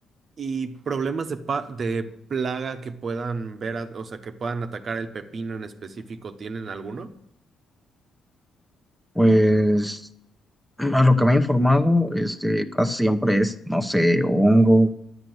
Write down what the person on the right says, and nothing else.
Y problemas de, pa- de plaga que puedan ver, a- o sea, que puedan atacar el pepino en específico, ¿tienen alguno?